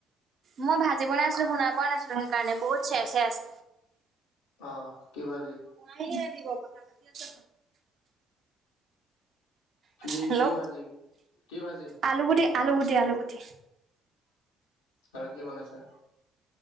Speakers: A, on the right; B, on the left.
A: মই ভাল। আজি বনাই আছিলো শুনাব ন আছিলো সেইকাৰণে বু চে চে আছে
B: অ 'কি ভালি
A: নাইে দিব কথা পাতি আছে।
B: কি
A: হেল্ল'
B: কি ভাজি কি ভাজি
A: আলু গুটি আলুগুটি আলুগুটি।
B: আৰু কি বনাইছা?